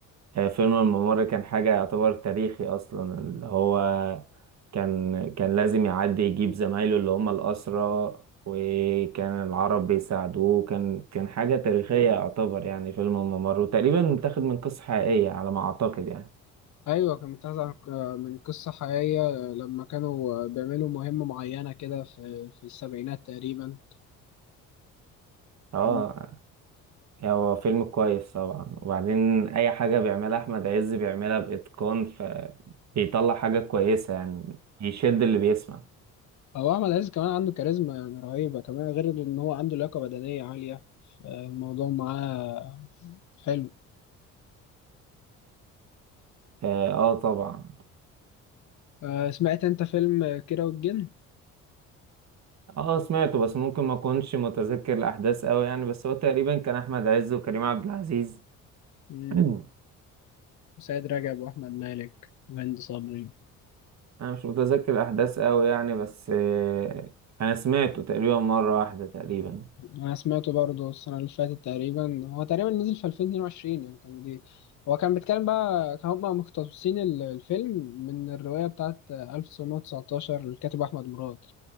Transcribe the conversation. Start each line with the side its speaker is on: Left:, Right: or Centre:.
Right: آه، فيلم الممر كان حاجه يعتبر تاريخي اصلا اللي هو كان كان لازم يعدي يجيب زمايله اللي هم الاسرى وكان العرب بيساعدوه كان كان حاجه تاريخيه يعتبر يعني فيلم الممر وتقريبا متاخد من قصه حقيقيه على ما اعتقد يعني
Left: ايوه كان متاخد من قصه حقيقيه آه، لما كانوا آه، بيعملوا مهمه معينه كده في في السبعينات تقريبا
Right: اه
Left: مم.
Right: يعني هو فيلم كويس طبعا وبعدين اي حاجة بيعملها احمد عز بيعملها باتقان فبيطلع حاجة كويسة يعني يشد اللي بيسمع
Left: هو احمد عز كمان عنده كاريزما يعني رهيبه كمان غير ان هو عنده لياقه بدنيه عاليه آه، الموضوع معاه حلو
Right: اه آه طبعا
Left: آه، سمعت انت فيلم كيرة والجن
Right: اه سمعته بس ممكن ما اكونش متذكر الاحداث قوي يعني بس هو تقريبا كان احمد عز وكريم عبد العزيز
Left: مم.
Right: <clears throat>
Left: وسيد رجب واحمد مالك وهند صبري
Right: انا مش متذكر الاحداث قوي يعني بس آه انا سمعته تقريبا مرة واحدة تقريبا
Left: انا سمعته برضه السنه اللي فاتت تقريبا هو تقريبا نزل في 2022 يعني كان جديد هو كان بيتكلم بقى كان هما مقتبسين ال- الفيلم من الروايه بتاعت 1919 للكاتب احمد مراد